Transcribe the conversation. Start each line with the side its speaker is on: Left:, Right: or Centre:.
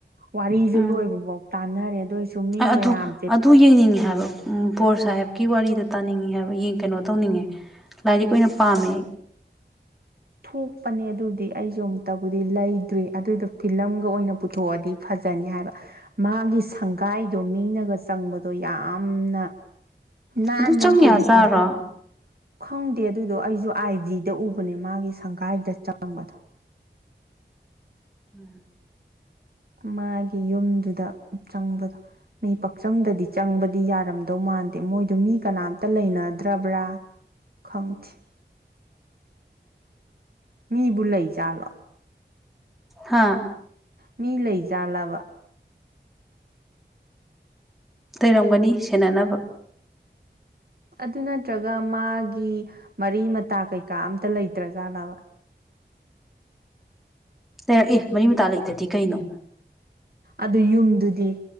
Right: ꯋꯥꯔꯤꯁꯦ
Centre: ꯎꯝ
Right: ꯂꯣꯏꯕꯐꯥꯎ ꯇꯥꯟꯅꯔꯦ ꯑꯗꯨ ꯃꯤ ꯃꯌꯥꯝꯁꯦ
Centre: ꯑꯗꯨ ꯑꯗꯨ ꯌꯦꯡꯅꯤꯡꯉꯦ ꯍꯥꯏꯕ ꯕꯣꯔ ꯁꯥꯍꯦꯕꯀꯤ ꯋꯥꯔꯤꯗ ꯇꯥꯅꯤꯡꯉ ꯍꯥꯏꯕ ꯌꯦꯡ ꯀꯩꯅꯣ ꯇꯧꯅꯤꯡꯉꯦ ꯂꯥꯏꯗꯤꯛ ꯑꯣꯏꯅ ꯄꯥꯝꯃꯦ
Right: ꯊꯣꯛꯄꯅꯦ ꯑꯗꯨꯗꯤ ꯑꯩꯁꯨ ꯑꯃꯨꯛꯇꯕꯨꯗꯤ ꯂꯩꯇ꯭ꯔꯤ ꯑꯗꯨꯗ ꯐꯤꯂꯝꯒ ꯑꯣꯏꯅ ꯄꯨꯊꯣꯛꯑꯗꯤ ꯐꯖꯩ ꯇꯅꯤ ꯍꯥꯏꯕ ꯃꯥꯒꯤ ꯁꯪꯒꯥꯏꯗꯣ ꯃꯤꯅꯒ ꯆꯪꯕꯗꯣ ꯌꯥꯝꯅ ꯅꯥꯟꯅ
Centre: ꯑꯗꯨ ꯆꯪ
Right: ꯍꯧꯖꯤꯛ
Centre: ꯌꯥ ꯆꯥꯔꯣ
Right: ꯐꯥꯎꯕ ꯈꯪꯗꯦ ꯑꯗꯨꯗꯣ ꯑꯩꯁꯨ ꯑꯥꯏ ꯖꯤꯗ ꯎꯕꯅꯦ ꯃꯥꯒꯤ ꯁꯪꯒꯥꯏꯗ ꯆꯪꯕꯗꯣ
Centre: ꯎꯝ
Right: ꯃꯥꯒꯤ ꯌꯨꯝꯗꯨꯗ ꯆꯪꯕꯗꯣ ꯃꯤ ꯄꯛꯆꯪꯗꯗꯤ ꯆꯪꯕꯗꯤ ꯌꯥꯔꯝꯗꯧ ꯃꯥꯟꯗꯦ ꯃꯣꯏꯗꯨ ꯃꯤ ꯀꯅꯥꯝꯇ ꯂꯩꯅꯗ꯭ꯔꯕ꯭ꯔꯥ ꯈꯪꯈꯤꯦ ꯃꯤꯕꯨ ꯂꯩꯖꯥꯠꯂꯣ
Centre: ꯍꯥꯥ
Right: ꯃꯤ ꯂꯩꯖꯥꯜꯂꯕ
Centre: ꯇꯩꯔꯝꯒꯅꯤ ꯁꯦꯟꯅꯅꯕ
Right: ꯑꯗꯨ ꯅꯠꯇ꯭ꯔꯒ ꯃꯥꯒꯤ ꯃꯔꯤ ꯃꯇꯥ ꯀꯩꯀꯥ ꯑꯝꯇ ꯂꯩꯇ꯭ꯔ ꯖꯥꯠꯂꯥꯕ <inaudible>
Centre: ꯂꯩꯔꯛꯏꯦ ꯃꯔꯤ ꯃꯇꯥ ꯂꯩꯇꯗꯤ ꯀꯩꯅꯣ
Right: ꯑꯗꯨ ꯌꯨꯝꯗꯨꯗꯤ